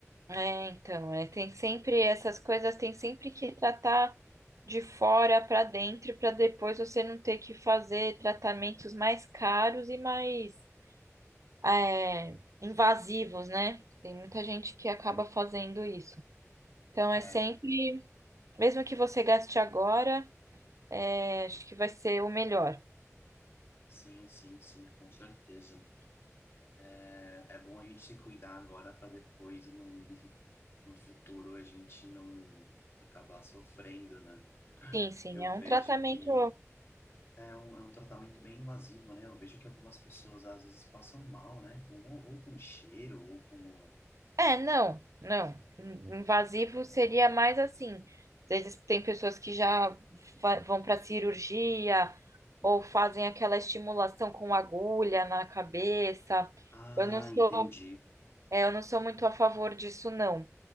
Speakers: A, on the right; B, on the left.
A: É, então, é, tem sempre essas coisas, tem sempre que tratar de fora para dentro para depois você não ter que fazer tratamentos mais caros e mais é, invasivos, né? Tem muita gente que acaba fazendo isso. Então
B: É,
A: é sempre, mesmo que você gaste agora, é, acho que vai ser o melhor.
B: sim, sim, sim, com certeza. É é bom a gente se cuidar agora para depois não, <laughs> no futuro a gente não acabar sofrendo, né?
A: Sim, sim,
B: Eu
A: é
B: vejo
A: um tratamento
B: que é um, é um tratamento bem invasivo, né? Eu vejo que algumas pessoas às vezes passam mal, né? Com, ou, ou com cheiro, ou com.
A: É, não, não. Invasivo seria mais assim. Às vezes tem pessoas que já va- vão para cirurgia ou fazem aquela estimulação com agulha na cabeça.
B: Ah,
A: Eu não sou,
B: entendi,
A: é, eu não sou muito a favor disso, não.